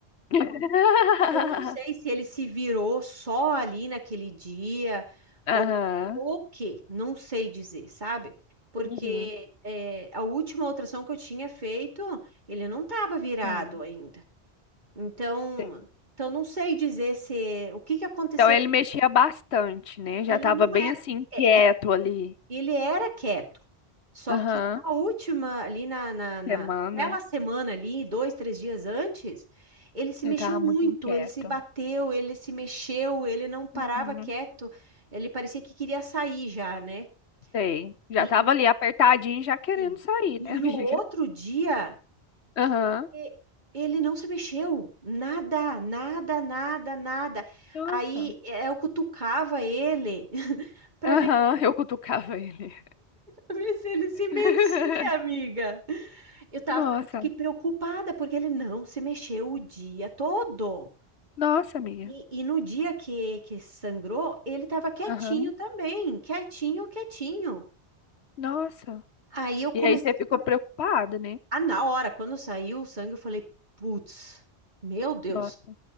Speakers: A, on the left (about 75°); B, on the right (about 45°).
A: <laughs>
B: Eu não sei se ele se virou só ali naquele dia ou
A: Aham.
B: ou o quê, não sei dizer, sabe? Porque
A: Uhum.
B: é, a última ultrassom que eu tinha feito, ele não estava virado
A: Sim.
B: ainda. Então,
A: Sim.
B: então não sei dizer se o que que aconteceu.
A: Então ele mexia bastante, né? Já
B: Ele
A: tava
B: não
A: bem
B: era.
A: assim, inquieto
B: eh, e
A: ali.
B: Ele era quieto, só
A: Aham.
B: que na última, ali na, na, na-
A: Semana.
B: naquela semana ali, dois, três dias antes, ele se
A: Ele
B: mexeu
A: tava
B: muito,
A: muito inquieto.
B: ele se bateu, ele se mexeu, ele não parava
A: Uhum.
B: quieto, ele parecia que queria sair já, né?
A: Sei. Já
B: E,
A: tava ali apertadinho, já querendo
B: e,
A: sair,
B: e
A: né,
B: no
A: <laughs> amiga?
B: outro dia,
A: Aham.
B: e- ele não se mexeu, nada, nada, nada, nada.
A: Nossa.
B: Aí eh, eu cutucava ele <laughs> para
A: Aham,
B: ver
A: eu cutucava ele.
B: <laughs> se ele se
A: <laughs>
B: mexia, amiga. Eu tava,
A: Nossa.
B: fiquei preocupada porque ele não se mexeu o dia todo.
A: Nossa, amiga.
B: E, e no dia que, que sangrou, ele tava quietinho
A: Aham.
B: também, quietinho, quietinho.
A: Nossa.
B: Aí eu comecei
A: E aí você
B: a
A: ficou
B: ficar.
A: preocupada, né?
B: Ah, na hora, quando saiu o sangue, eu falei, putz, meu Deus.
A: Nossa.